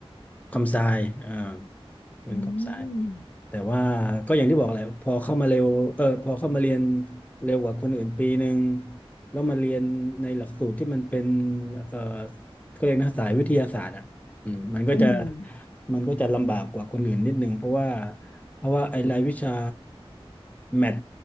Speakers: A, on the left; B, on the left.
A: คอมไซเอ่อเรียนคอมไซ
B: อืม
A: แต่ว่าก็อย่างที่บอกแหละพอเข้ามาเร็วเออพอเข้ามาเรียนเร็วกว่าคนอื่นปีหนึ่งแล้วมาเรียนในหลักสูตรที่มันเป็นเออก็เรียกนะสายวิทยาศาสตร์อ่ะอืมมันก็จะ
B: อืม
A: มันก็จะลำบากกว่าคนอื่นนิดนึงเพราะว่าเพราะว่าไอ้รายวิชาแมท